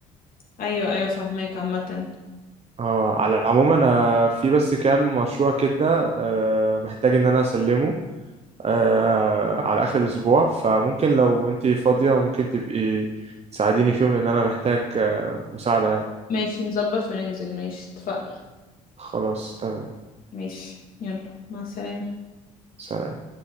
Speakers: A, on the left; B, on the right.
A: ايوه ايوه فاهماك عامة
B: اه على العموم انا في بس كام مشروع كده آه، محتاج ان انا اسلمه آه، على اخر الاسبوع فممكن لو انتي فاضية ممكن تبقي تساعديني فيهم لان انا محتاج آه، مساعدة يعني
A: ماشي نظبط وننزل ماشي اتفقنا
B: خلاص تمام
A: ماشي يلا مع السلامة
B: سلام